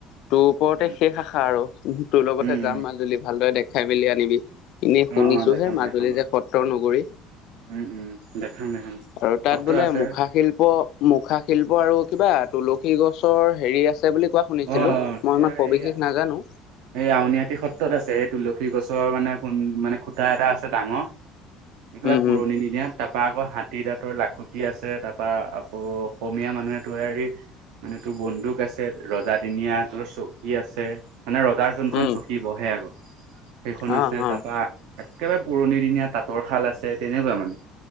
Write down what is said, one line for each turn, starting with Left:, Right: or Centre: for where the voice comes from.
Left: তোৰ ওপৰতে
Right: উম
Left: শেষ আশা আৰু তোৰ লগতে
Right: উম
Left: যাম
Right: উম
Left: মাজুলী ভালদৰে দে। খাই মেলি আনিবি এনেই শুনিছো
Right: অ অ দেখাম
Left: হে মাজুলী
Right: দেখাম বাৰু
Left: যে সত্ৰ নগৰী।
Right: উম উম দেখাম দেখাম
Left: আৰু তাত
Right: সত্ৰ
Left: বোলে
Right: আছে
Left: মুখা শিল্প মুখা শিল্প আৰু কিবা তুলসী। তুলসী গছৰ হেৰি আছে বুলি। কোৱা শুনিছিলো
Right: অঁ অঁ
Left: মই
Right: সেয়া
Left: ইমান সবিশেষ
Right: এই
Left: নাজানো
Right: এই আউনীআটী সত্ৰত আছে এই তুলসী গছ ওচৰৰ মানে মানে খুটা এটা আছে ডাঙৰ একবাৰে
Left: উম,
Right: পুৰণি
Left: উম,
Right: দিনিয়া তাৰ তাপা আকৌ হাতী দাঁতৰ লাখুটি আছে তাপা আকৌ অসমীয়া মানুহে তৈয়াৰী মানে তোৰ বন্দুক আছে। ৰজাদিনীয়া তলৰ চকী আছে মানে ৰজাৰ যোনখন
Left: উম,
Right: চকী বহে আগত সেইখন
Left: অ',
Right: আছে
Left: অ',
Right: তাৰ পৰা একেবাৰে পুৰণি দিনীয়া তাঁতৰ শাল আছে তেনেকুৱা মানে।